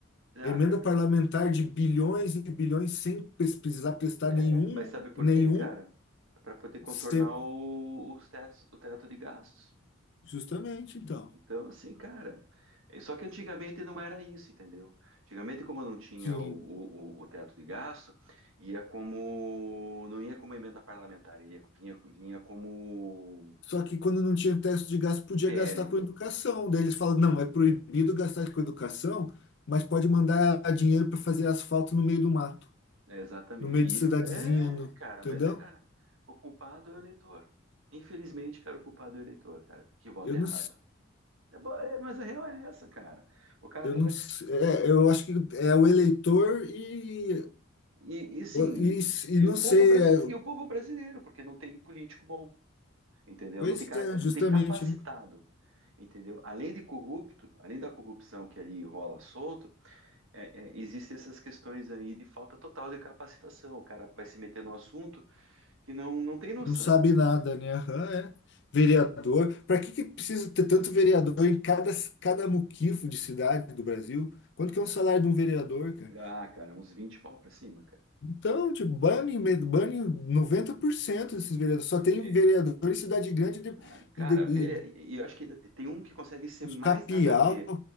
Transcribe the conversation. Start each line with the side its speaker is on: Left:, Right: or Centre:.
Right: ah,
Left: emenda
Right: cara,
Left: parlamentar de bilhões e bilhões sem pes- precisar prestar
Right: É,
Left: nenhum,
Right: mas sabe por
Left: nenhum,
Right: quê, cara? É para poder contornar
Left: sem-
Right: o, os tetos, o teto de gastos.
Left: justamente, então.
Right: Então, assim, cara. é- Só que antigamente não era isso, entendeu? Antigamente, como não tinha
Left: Sim.
Right: o, o, o- o teto de gasto, ia como. Não ia como emenda parlamentar, ia, vinha, vinha como
Left: Só que quando não tinha teto de gasto, podia
Right: PL.
Left: gastar com educação. Daí eles falam, não, é proibido gastar com educação, mas pode mandar dinheiro para fazer asfalto no meio do mato,
Right: É, é, exatamente.
Left: no meio
Right: E,
Left: de cidadezinha,
Right: é,
Left: no-
Right: cara,
Left: entendeu?
Right: mas é, cara, o culpado é o eleitor. Infelizmente, cara, o culpado é o eleitor, cara, que vota
Left: Eu não.
Right: errado. É, bo- é, mas a real é essa, cara. O cara
Left: Eu
Right: tá
Left: não
Right: lá
Left: sei, é, eu acho que é o eleitor e,
Right: E, e sim,
Left: e,
Right: e
Left: e não
Right: o
Left: sei,
Right: povo brasileiro,
Left: é,
Right: e o povo brasileiro, porque não tem político bom, entendeu?
Left: pois
Right: Não tem cara,
Left: é, justamente,
Right: não tem capacitado,
Left: né?
Right: entendeu? Além de corrupto, além da corrupção que ali rola solto, é, é, existem essas questões aí de falta total de capacitação. O cara vai se meter no assunto que não, não tem noção.
Left: Não sabe nada, né? Aham, é. Vereador. Para que que precisa ter tanto vereador em cada, cada muquifo de cidade do Brasil? Quanto que é um salário de um vereador, cara?
Right: Ah, cara, uns vinte pau pra cima, cara.
Left: Então, tipo, bane, me- bane 90% desses vereadores. Só tem
Right: É.
Left: vereador em cidade grande
Right: Ah, cara,
Left: e, de, e de-
Right: ver,
Left: e
Right: e eu acho que ainda tem um que consegue ser
Left: os
Right: mais
Left: capial.
Right: nada a ver.